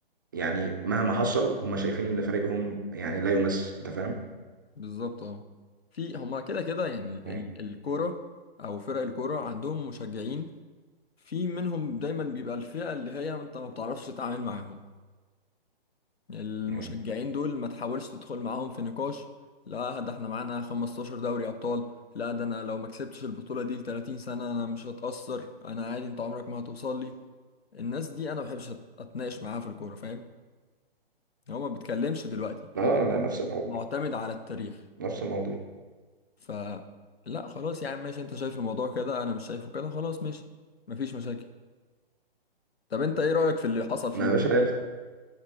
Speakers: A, on the right; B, on the left.
A: يعني مهما حصل هم شايفين ان فريقهم يعني لا يمس انت فاهم؟
B: بالظبط اه في هما كده كده يعني ال-
A: مم.
B: ال- الكوره او فرق الكوره عندهم مشجعين في منهم دايما بيبقى الفئه اللي هي انت ما بتعرفش تتعامل معاهم المشجعين
A: مم.
B: دول ما تحاولش تدخل معاهم في نقاش لا ده احنا معانا 15 دوري ابطال لا ده انا لو ما كسبتش البطولة دي ل 30 سنة انا مش هتأثر انا عادي انت عمرك ما هتوصل لي الناس دي انا ما بحبش أت- اتناقش معاها في الكورة فاهم هو ما بيتكلمش دلوقتي
A: لا
B: هو
A: لا لا، نفس الموضوع
B: معتمد على التاريخ
A: نفس الموضوع
B: ف لا خلاص يا عم ماشي انت شايف الموضوع كده انا مش شايفه كده خلاص ماشي مفيش مشاكل طب انت ايه رأيك في اللي حصل فيهم
A: ما يا باشا هي الف-